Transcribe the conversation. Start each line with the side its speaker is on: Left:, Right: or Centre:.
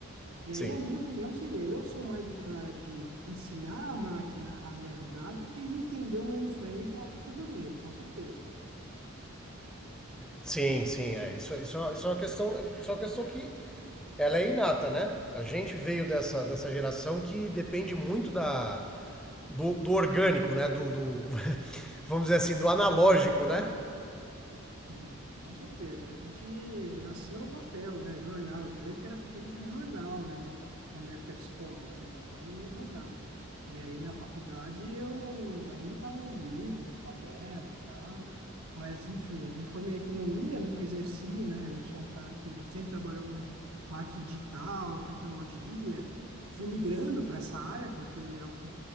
Right: E
Centre: sim.
Right: aí a minha opinião seria, eu sou mais o cara de ensinar a máquina a me ajudar do que entender o mainframe para produzir, com certeza.
Centre: Sim, sim, é. Isso, isso, é uma- isso é uma questão, isso é uma questão que ela é inata, né? A gente veio dessa, dessa geração que depende muito da, do, do orgânico, né? Do, do, <laughs> vamos dizer assim, do analógico, né?
Right: Hum, Com certeza. A gente nasceu no papel, né? Jornal. Eu lembro que era pequeno, tinha jornal, né? Mi- Na minha época de escola, né? Meu pai lia jornal. E aí na faculdade eu ainda estava nos livros de papel e tal, mas enfim, eu me formei em economia, nunca exerci, né? Eu sou um cara que sempre trabalhou com marketing digital, tecnologia, fui migrando para essa área porque é o que